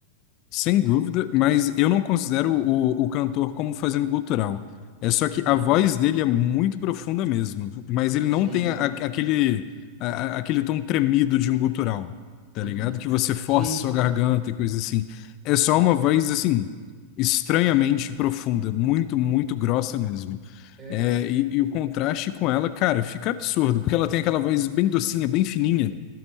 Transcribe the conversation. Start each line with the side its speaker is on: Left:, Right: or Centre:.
Left: Sem dúvida, mas eu não considero o, o cantor como fazendo gutural. É só que
Right: Uhum.
Left: a voz dele é muito profunda mesmo, mas ele
Right: Sim.
Left: não tem a- a- aquele, a- a- aquele tom tremido de um gutural, tá
Right: Uhum.
Left: ligado? Que você força
Right: Sim,
Left: sua
Right: sim.
Left: garganta e coisa assim. É só uma voz, assim, estranhamente profunda, muito, muito grossa mesmo.
Right: É,
Left: É, e, e o contraste com ela, cara, fica absurdo, porque ela tem aquela voz bem docinha, bem fininha.